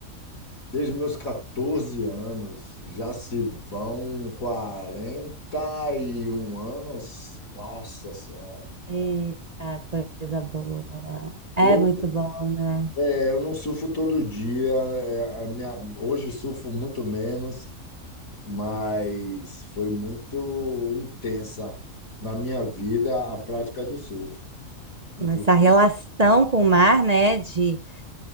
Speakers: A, on the left; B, on the right.
A: Desde meus 14 anos, já se vão 41 anos. Nossa Senhora.
B: Eita, coisa boa. É
A: Eu,
B: muito bom, né?
A: é, eu não surfo todo dia, né? É, A minha- hoje surfo muito menos, mas foi muito intensa na minha vida a prática do surf. Inclusive,
B: Essa relação com o mar, né? De